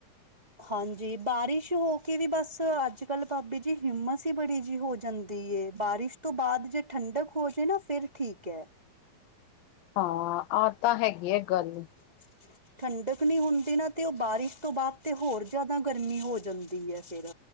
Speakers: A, on the right; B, on the left.
A: ਹਾਂਜੀ ਬਾਰਿਸ਼ ਹੋ ਕੇ ਵੀ ਬਸ ਅੱਜ-ਕੱਲ ਭਾਬੀ ਜੀ ਹਿੰਮਸ ਹੀ ਬੜੀ ਜੀ ਹੋ ਜਾਂਦੀ ਏ ਬਾਰਿਸ਼ ਤੋਂ ਬਾਦ ਜੇ ਠੰਡਕ ਹੋ ਜੇ ਨਾਂ ਫਿਰ ਠੀਕ ਐ।
B: ਹਾਂ ਆਹ ਤਾਂ ਹੈਗੀ ਐ ਗੱਲ।
A: <inaudible> ਠੰਡਕ ਨਈ ਹੁੰਦੀ ਨਾ ਤੇ ਓ ਬਾਰਿਸ਼ ਤੋ ਬਾਦ ਤੇ ਹੋਰ ਜਾਦਾ ਗਰਮੀ ਹੋ ਜਾਂਦੀ ਐ ਫਿਰ।